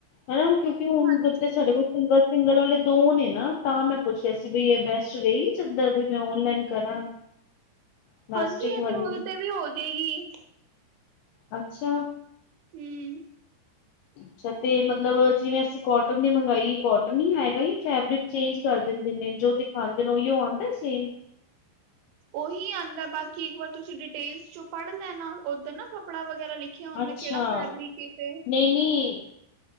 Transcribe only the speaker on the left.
ਹਨਾ ਕਿਉਂਕਿ ਹੁਣ
ਤੇ ਸਾਡੇ ਕੋਲ ਸਿੰਗਲ- ਸਿੰਗਲ ਵਾਲੇ ਦੋ ਨੇ ਨਾ, ਤਾਂ ਮੈਂ ਪੁੱਛਿਆ ਸੀ ਬਈ ਇਹ ਬੈਸਟ ਰਹੇਗੀ ਚੱਦਰ ਵੀ ਮੈਂ ਔਨਲਾਈਨ ਕਰਾਂ। <unintelligible> ਪਲਾਸਟਿਕ
ਵਾਲੀ
ਅੱਛਾ,
ਅੱਛਾ ਤੇ ਮਤਲਬ ਜਿਵੇਂ, ਅਸੀਂ ਕੋਟਨ ਦੀ ਮੰਗਵਾਈਏ ਕੋਟਨ ਹੀ ਆਏਗਾ ਯਾ ਫੈਬਰਿਕ। ਚੇਂਜ ਕਰ ਦਿੰਦੇ ਨੇ, ਜੋ ਦਿਖਾਉਂਦੇ ਨੇ ਉਹੀਓ ਆਉਂਦਾ ਸੇਮ?
ਅੱਛਾ
ਨਹੀਂ- ਨਹੀਂ।